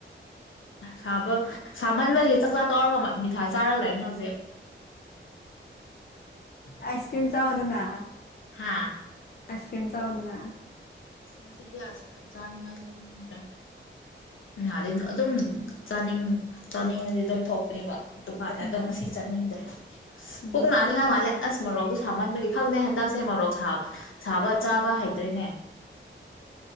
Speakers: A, on the left; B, on the left.
A: ꯁꯥꯕ ꯁꯥꯃꯟꯕꯒꯤ ꯆꯥꯛꯆꯥ ꯇꯧꯔꯒ ꯃꯤꯊꯥꯏ ꯆꯥꯔꯒ ꯂꯩꯔꯅꯦ ꯍꯧꯖꯤꯛ
B: ꯑꯏꯁꯀ꯭ꯔꯤꯝ ꯆ ꯃꯗꯅꯥ
A: ꯍꯥꯥ
B: ꯑꯛꯁꯄꯦꯟꯁꯥꯎꯗꯗ
A: ꯉꯁꯤꯗꯤ ꯑꯁꯤ ꯐꯝ ꯆꯥꯅꯤꯡꯉꯥꯏ ꯊꯣꯛꯅꯤꯡꯗ꯭ꯔꯦ ꯅꯍꯥꯗꯤꯩ ꯑꯗꯨꯝ ꯆꯥꯅꯤꯡ ꯆꯥꯅꯤꯡꯉꯗꯤ ꯑꯗꯨꯝ ꯊꯣꯛꯄꯅꯦꯕ ꯗꯨꯀꯥꯟ
B: ꯎꯝ
A: ꯑꯗꯨꯣ ꯉꯁꯤ ꯆꯠꯅꯤꯡꯗ꯭ꯔꯦ
B: ꯎꯝ
A: ꯄꯨꯡ ꯅꯥꯅꯤꯡꯉ ꯃꯥꯜꯂꯦ ꯑꯁ ꯃꯔꯣꯔꯣꯛꯇꯣ ꯁꯥꯃꯟꯕꯒꯤ ꯈꯪꯗꯦ ꯍꯟꯗꯛꯁꯦ ꯃꯔꯣꯔꯣꯛ ꯁꯥꯕ ꯆꯥꯕ ꯍꯩꯇ꯭ꯔꯤꯅꯦ